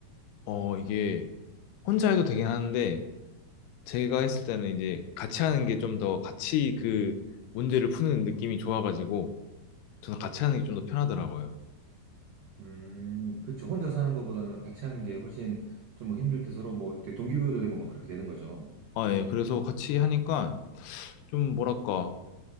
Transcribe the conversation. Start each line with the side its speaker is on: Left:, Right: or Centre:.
Left: 어, 이게 혼자 해도 되긴 하는데 제가 했을 때는 이제 같이 하는 게 좀 더 같이 그 문제를 푸는 느낌이 좋아가지고 저는 같이 하는 게 좀 더 편하더라고요.
Right: 음, 그쵸. 혼자 사는 것보다는 같이 하는 게 훨씬 좀뭐 힘들 때 서로 뭐 이렇게 동기부여도 되고 막 그렇게 되는 거죠.
Left: 아, 예. 그래서 같이 하니까 좀 뭐랄까